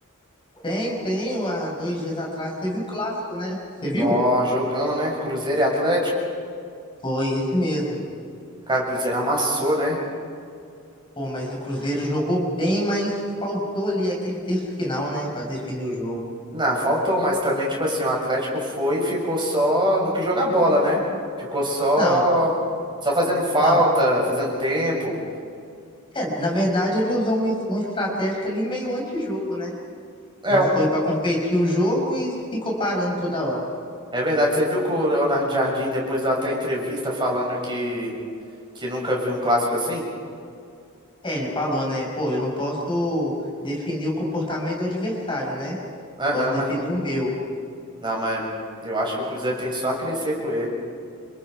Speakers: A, on the left; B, on the right.
A: Tem, tem, há dois dias atrás você viu o clássico, né? Você
B: Nó,
A: viu?
B: jogão, né? Cruzeiro e Atlético.
A: Foi esse mesmo.
B: Cara, o Cruzeiro amassou, né?
A: Pô, mas o Cruzeiro jogou bem, mas faltou ali aquele terço final, né, Pra definir o jogo.
B: Não, faltou, mas também, tipo assim, o Atlético foi e ficou só no que jogar bola, né? Ficou só
A: Não,
B: só fazendo falta,
A: é uma-
B: fazendo tempo.
A: é, na verdade ele usou uma, uma estratégia ali meio antijogo, né?
B: É,
A: Não
B: o-
A: foi pra competir o jogo e ficou parando toda hora.
B: é verdade, você viu que o Leonardo Jardim depois deu até entrevista falando que que nunca viu um clássico assim?
A: É, ele falou, né? Pô, eu não posso definir o comportamento do adversário, né?
B: Aham,
A: Posso definir o meu.
B: Não, mas eu acho que o Cruzeiro tem só a crescer com ele.